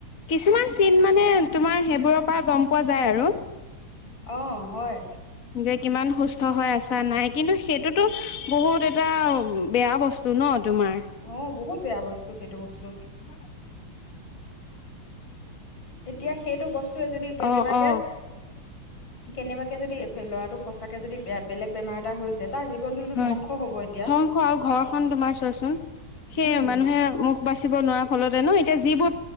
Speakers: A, on the left; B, on the left.
A: কিছুমান চিন মানে তোমাৰ সেইবোৰৰ পৰা গম পোৱা যায় আৰু।
B: অ হয়।
A: যে কিমান সুস্থ হৈ আছা নাই কিন্তু সেইটোতো বহুত এটা বেয়া বস্তু ন। তোমাৰ
B: অ বহুত বেয়া বস্তু, সেইটো বস্তু।
A: উ <unintelligible>
B: এতিয়া সেইটো বস্তুৱে যদি কেনেবাকে
A: অ অ
B: কেনেবাকে যদি ল'ৰাটো সঁচাকে যদি বেলেগ বেমাৰ এটা হৈছে। তাৰ জীৱনটোতো
A: হয়
B: ধ্বংস হ'ব এতিয়া
A: ধংস আৰু ঘৰখনন তোমাৰ চ সেই
B: উম
A: মানুহে মুখ বাচিব নোৱাৰা ফলতে ন এ বহুতে যিবোৰ